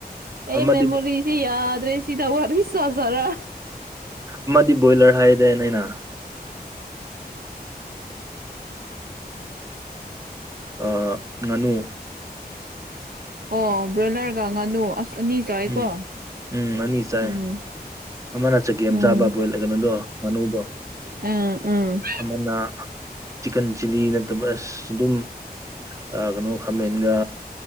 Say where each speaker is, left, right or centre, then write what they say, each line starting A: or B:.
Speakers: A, on the right; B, on the right.
A: ꯑꯩ
B: ꯑꯃꯗꯤ
A: ꯃꯦꯃꯣꯔꯤꯁꯤ ꯌꯥꯗꯦ ꯁꯤꯗ ꯋꯥꯠꯏꯁ ꯆꯖꯔꯥ
B: ꯑꯃꯗꯤ ꯕꯣꯏꯂꯔ ꯍꯥꯏꯔꯦꯅꯦ ꯑꯩꯅ
A: <unintelligible>
B: ꯑ ꯉꯥꯅꯨ
A: ꯑꯣ ꯕ꯭ꯔꯣꯏꯂꯔꯒ ꯉꯥꯅꯨ ꯑꯁ ꯑꯅꯤ ꯆꯥꯏꯀꯣ
B: ꯎꯝ ꯎꯝ ꯑꯅꯤ ꯆꯥꯏ
A: ꯎꯝ
B: ꯑꯃꯅ ꯆꯥꯒꯦꯝ
A: ꯎꯝ
B: ꯆꯥꯕ ꯕꯣꯏꯜ ꯀꯩꯅꯣꯗꯣ ꯉꯥꯅꯨꯗꯣ
A: ꯎꯝ ꯎꯝ
B: ꯑꯃꯅ ꯆꯤꯛꯀꯟ ꯆꯤꯂꯤ ꯅꯠꯇꯕ ꯑꯁ ꯑꯗꯨꯝ ꯑꯥ ꯀꯩꯅꯣ ꯈꯥꯃꯦꯟꯒ